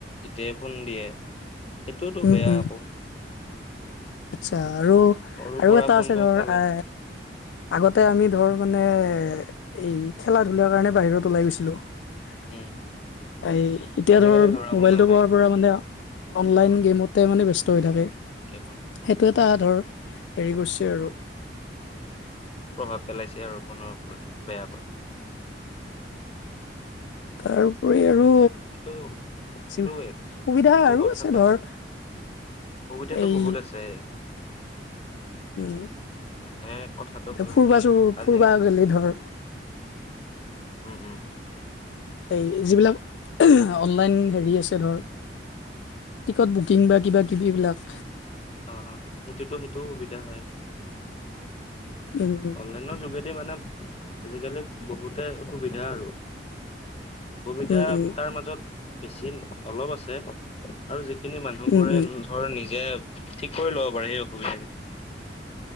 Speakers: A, on the left; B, on the left.
A: এতিয়াই ফোন দিয়ে সেইটোওতো
B: উম,
A: বেয়া
B: উম,
A: আকৌ।
B: আচ্ছা আৰু
A: সৰুৰ
B: আৰু
A: পৰা
B: এটা
A: ফোনটো
B: আছে ধৰ
A: চালে
B: এ আগতে আমি ধৰ মানে এই খেলা-ধূলাৰ কাৰণে বাহিৰত ওলাই গৈছিলোঁ। <inaudible>
A: উম
B: এই এতিয়া
A: আজিকালি
B: ধৰ
A: ল'ৰাবোৰ
B: মোবাইলটো
A: নাযায়
B: পোৱাৰ পৰা মানে অনলাইন
A: অ
B: গেমতে মানে বেছ হৈ থাকে।
A: গেমত।
B: সেইটো এটা ধৰ হেৰি গছে আৰু।
A: প্ৰভাৱ পেলাইছে আৰু ফোনৰ ওপৰত বেয়াকৈ।
B: তাৰ উপৰি আৰু
A: এইটো এইটো
B: সুবিধা
A: এইটো
B: আৰু
A: কথাটো
B: আছে ধৰ।
A: হ'ল সুবিধাটো
B: এই
A: বহুত আছে।
B: উম।
A: মানে কথাটো
B: এতিয়া
A: হ'ল
B: ফুৰবা
A: কি
B: চুৰব
A: আজি
B: ফুৰবা গেলি ধৰ
A: উম, উম।
B: এই যিবিলাক অনলাইন হেৰি আছে ধৰ। টিকট বুকিং বা কিবা কিবিবিলাক।
A: অ, অ। সেইটোতো সেইটোও সুবিধা হয়।
B: উম
A: অনলাইনৰ যোগেদি মানে আজিকালি বহুতে সুবিধা আৰু। অসুবিধা
B: উম উম
A: তাৰ মাজত বেছি অলপ আছে আৰু য সেই খিনি মানুহবোৰে
B: উম উম
A: ধৰ নিজে ঠিক কৰি ল'ব পাৰে। সেই অসুবিধা খিনি।